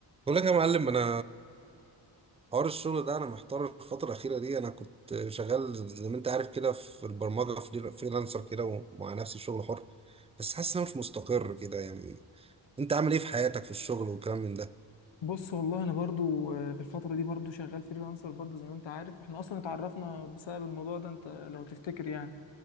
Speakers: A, on the right (about 15°); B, on the left (about 80°).
A: بقول لك يا معلم انا حوار الشغل ده انا محتار الفتره الاخيره دي انا كنت شغال زي ما انت عارف كده في البرمجه فريل- فريلانسر كده ومع نفسي شغل حر بس حاسس ان انا مش مستقر كده يعني انت عامل ايه في حياتك في الشغل والكلام من ده
B: بص والله انا برضو آه، في الفتره دي برضو شغال فريلانسر برضو زي ما انت عارف احنا اصلا اتعرفنا بسبب الموضوع ده انت لو تفتكر يعني